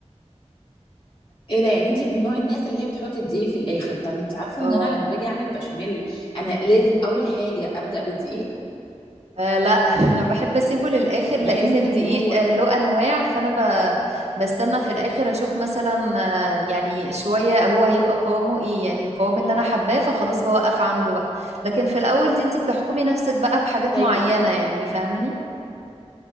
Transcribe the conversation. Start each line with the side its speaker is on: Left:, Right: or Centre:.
Left: ايه ده يعني انت من نوع الناس اللي هي بتحط الدقيق في الاخر طب انت عارفه
Right: اه
Left: ان انا لما باجي اعمل بشاميل انا لازم اول حاجه ابدا بالدقيق
Right: آه لا <laughs> انا بحب اسيبه للاخر
Left: بحس
Right: لان الدقيق
Left: ان هو
Right: آه له انواع فانا ب... بستنى في الاخر اشوف مثلا آه يعني شويه هو هيبقى قوامه ايه يعني القوام اللي انا حباه فخلاص بوقف عنده بقى لكن في الاول دي انت بتحكمي نفسك بقى بحاجات
Left: طيب
Right: معينه
Left: قولي لي
Right: يعني فاهماني